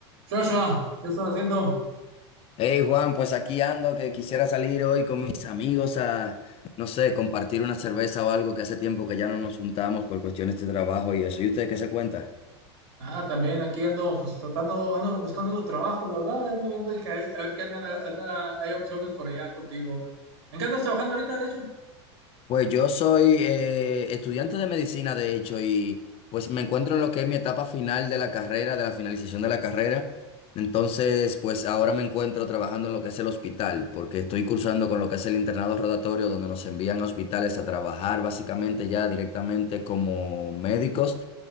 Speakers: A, on the right; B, on the left.
A: Joshua, ¿qué estás haciendo?
B: Hey Juan, pues aquí ando que quisiera salir hoy con mis amigos a, no sé, compartir una cerveza o algo que hace tiempo que ya no nos juntamos por cuestiones de trabajo y eso. ¿Y usted qué se cuenta?
A: Ah, también aquí ando, pues tratando, ando buscando trabajo, la verdad, ando viendo que hay- a ver qué andan, anda- hay opciones por allá contigo. ¿En qué andas trabajando ahorita, de hecho?
B: Pues yo soy eh, estudiante de medicina, de hecho, y pues me encuentro en lo que es mi etapa final de la carrera, de la finalización de la carrera. Entonces, pues ahora me encuentro trabajando en lo que es el hospital, porque estoy cursando con lo que es el internado rotatorio, donde nos envían a hospitales a trabajar básicamente ya directamente como médicos.